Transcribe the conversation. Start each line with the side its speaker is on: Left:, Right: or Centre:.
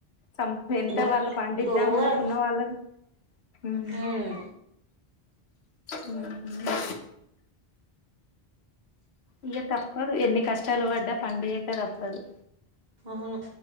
Left: సం ఎంత
Right: బా
Left: వాళ్ళు పండిద్దాం
Right: ఘోరం
Left: అనుకున్న వాళ్ళని హ్మ్
Right: ఉమ్
Left: హ్మ్ హూ ఇగ తప్పదు ఎన్ని కష్టాలు పడ్డా పండియ్యక తప్పదు
Right: అవును